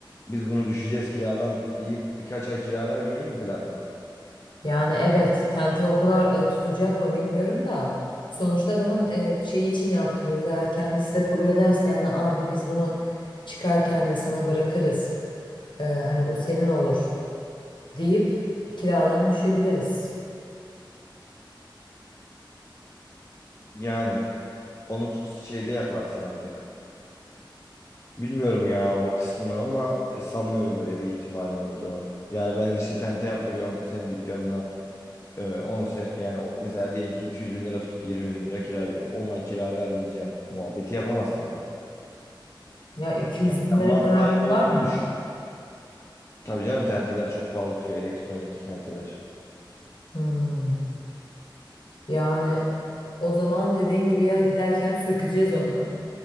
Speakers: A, on the left; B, on the left.
A: biz bunu düşeceğiz kiradan deyip birkaç ay kira vermemeyi mi planladın?
B: Yani evet tente o kadar e, tutacak mı bilmiyorum da. Sonuçta adamın e, şeyi için yaptırıyoruz. Eğer kendisi de kabul ederse yani abi biz bunu çıkarken de sana bırakırız. E, hani bu senin olur deyip kiradan düşebiliriz.
A: Yani onu şeyde yaparsın ancak. Bilmiyorum ya o kısmını ama e, sanmıyorum öyle bir ihtimalin olduğunu. Yani ben işte tente yaptırıyorum senin dükkanına. Ee, 10 sene yani o- mesela diyelim ki 200 bin lira tuttu 20 bin lira kira veriyoruz. 10 ay kira vermeyeceğim muhabbeti yapamazsın adama.
B: Ya 200
A: Yani
B: bin
A: sen
B: lira
A: mal
B: kadar
A: sahibi
B: tutar
A: olduğunu
B: mı?
A: düşün. Tabii canım tenteler çok pahalı tutuyor elektronik tenteler.
B: Hmm. Yani o zaman dediğin gibi ya giderken sökeceğiz onu.